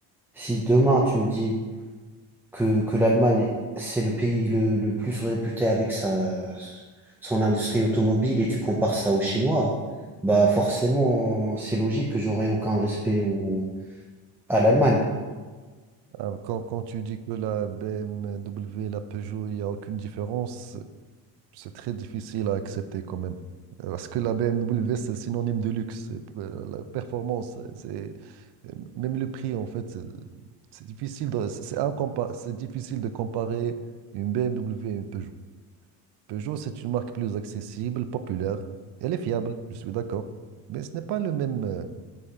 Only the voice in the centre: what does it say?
si demain tu me dis que, que l'Allemagne, c'est le pays le, le plus réputé avec sa, son industrie automobile et tu compares ça aux Chinois, bah forcément, c'est logique que j'aurai aucun respect au, à l'Allemagne.